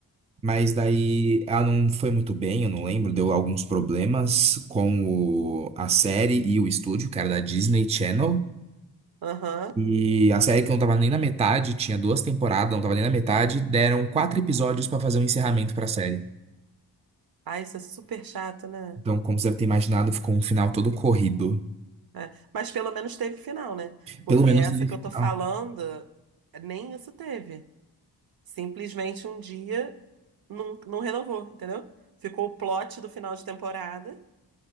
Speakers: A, on the right; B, on the right.
A: Mas daí ela não foi muito bem, eu não lembro, deu alguns problemas com o- a série e o estúdio, que era da Disney Channel.
B: Aham.
A: E a série que não tava nem na metade, tinha duas temporadas, não tava nem na metade, deram quatro episódios pra fazer um encerramento pra série.
B: Ah, isso é super chato, né?
A: Então, como você deve ter imaginado, ficou um final todo corrido.
B: É, mas pelo menos teve final, né? Porque
A: Pelo menos
B: essa
A: teve
B: que
A: final.
B: eu tô falando, nem isso teve. Simplesmente um dia não, não renovou, entendeu? Ficou o plot do final de temporada